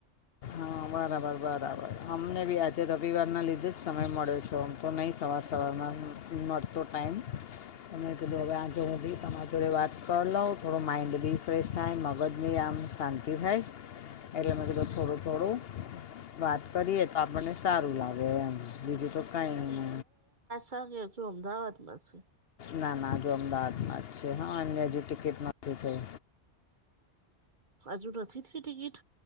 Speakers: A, on the left; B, on the right.
A: હા બરાબર બરાબર અમને બી આજે રવિવારના લીધે જ સમય મળ્યો છો અમ તો નં સવાર સવારમાં વતો ટાઈમ અને કીધો હવે આ જો બી તમા જોડે વાત કરી લઉ થોડો માઇન્ડ રીફ્રેશ થાય મગજની આમ શાંતિ થાય એટલે મેં કીધું થોડું થોડું વાત કરીએ તો આપણને સારું લાગે એમ બીજું તો કઈ નઇ
B: તમે શું અમદાવાદમાં છે.
A: ના ના હજુ અમદાવાદમાં જ છે હા અ હજુ ટિકિટ નથી થઈ
B: હજુ નથી થ ટિકિટ